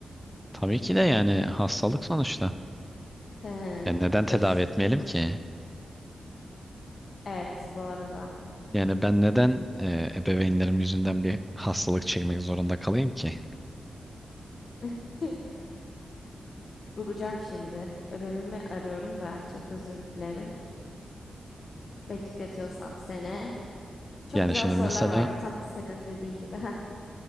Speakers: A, in the centre; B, on the left (about 60°).
A: Tabii ki de yani hastalık sonuçta.
B: Hmm,
A: Yani neden tedavi
B: dur.
A: etmeyelim ki?
B: Evet bu arada.
A: Yani ben neden e, ebeveynlerim yüzünden bir hastalık çekmek zorunda kalayım ki?
B: <laughs> Bulacağım şimdi. Ödevimi arıyorum da çok özür dilerim. Bekletiyorsam sene. Çok
A: Yani
B: güzel
A: şimdi
B: sorular
A: mesela,
B: vardı tam senin dediğin gibi. Heh,